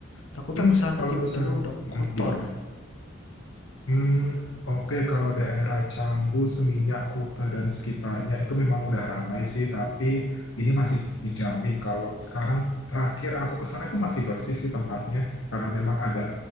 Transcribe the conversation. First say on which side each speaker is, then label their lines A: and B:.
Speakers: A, on the left; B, on the left.
A: takutnya
B: hmm,
A: ke sana
B: kalau
A: tiba-tiba
B: Chang,
A: udah
B: hmm,
A: kotor
B: gimana? Hmm, oke, Kalau daerah Canggu, Seminyak, Kuta, dan sekitarnya itu memang udah ramai sih, tapi ini masih dijamin kalau sekarang terakhir aku ke sana itu masih bersih sih tempatnya, karena memang agak